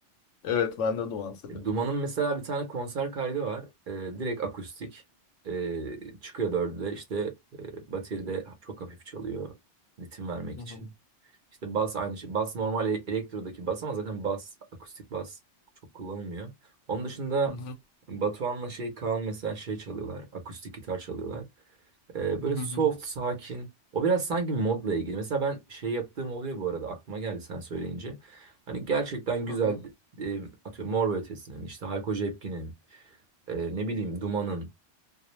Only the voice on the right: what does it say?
E, Duman'ın
mesela bir tane konser kaydı var. E, direkt akustik. E, çıkıyor dörde işte e, bateride çok hafif çalıyor. Ritim vermek
için.
İşte bas aynı şey. Bas normal e- elektrodaki bas ama zaten bas akustik bas çok kullanılmıyor. Onun dışında
Batuhan'la şey Kaan mesela şey çalıyorlar. Akustik gitar çalıyorlar. Ee, böyle
soft,
sakin. O biraz sanki modla ilgili. Mesela ben şey yaptığım oluyor bu arada. Aklıma geldi sen söyleyince. Hani gerçekten güzel
e, atıyorum Mor ve Ötesi'nin, işte Hayko Cepkin'in, e, ne bileyim Duman'ın,